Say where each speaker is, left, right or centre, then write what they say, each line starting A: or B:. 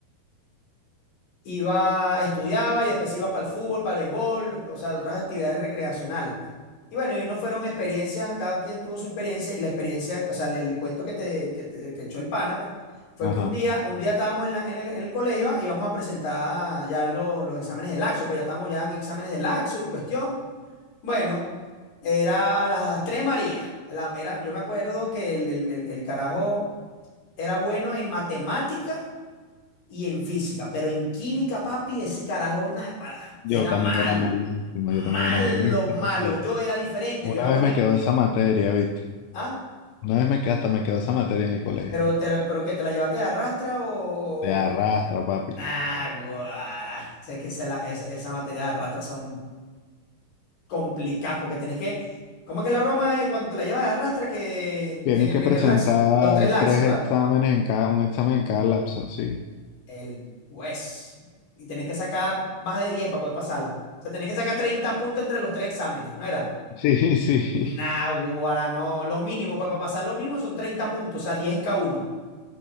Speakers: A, on the left; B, on the left.
A: iba, estudiaba y después iba para el fútbol, para el béisbol, o sea, otras actividades recreacionales, pues. Y bueno, y uno fueron experiencias, cada quien tuvo su experiencia, y la experiencia, o sea, el, el cuento que te, que te- que echó el pana, pues, fue
B: ajá,
A: que un día, un día estábamos en, la- en el, en el colegio y íbamos a presentar ya lo- los exámenes del laxo, pues ya estábamos ya en exámenes del laxo y cuestión. Bueno. Era las tres Marías. La- Era, yo me acuerdo que el, el- el- el carajo era bueno en matemática y en física, pero en química, papi, ese carajo, náguara,
B: yo
A: era
B: también
A: malo.
B: era malísimo,
A: Malo,
B: yo también era malísimo
A: malo.
B: en química.
A: Yo era diferente,
B: Una
A: yo era bueno
B: vez me
A: en
B: quedó
A: química.
B: esa materia, ¿viste?
A: ¿Ah?
B: Una vez me quedó, hasta me quedó esa materia en el colegio.
A: Pero, te la- pero ¿qué? ¿Te la llevaste de arrastra o...?
B: Te arrastra, papi.
A: Náguara. Sé que esa, la- esa, esa materia de arrastra son complicadas porque tenés que... ¿Cómo es que la broma es cuando te la llevas de arrastra que
B: Tienes
A: en el
B: que
A: primer
B: presentar
A: laxo? Los tres laxos,
B: tres
A: ¿verdad?
B: exámenes en cada, un examen en cada lapso, sí.
A: El juez. Y tenés que sacar más de 10 para poder pasarla. O sea, tenés que sacar 30 puntos entre los tres exámenes, ¿no era?
B: Sí, <laughs> sí,
A: Naguará, no. Lo mínimo pues, para pasar lo mínimo son 30 puntos, o sea, 10 en cada uno.